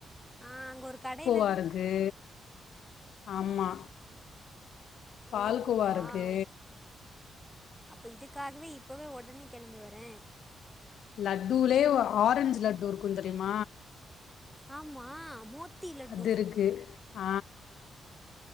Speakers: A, in the centre; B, on the left.
A: ஆ அங்க ஒரு கடைல
B: பா இருக்கு ஆமா பால்கோவா
A: ஓ வாவ்
B: இருக்கு
A: அப்ப இதுக்காகவே இப்பவே ஒடனே கெளம்பி வரே
B: லட்டுலே ஆரஞ்சு லட்டு இருக்கும் தெரியுமா
A: ஆமா மோத்தி லட்டு
B: அது இருக்கு ஆ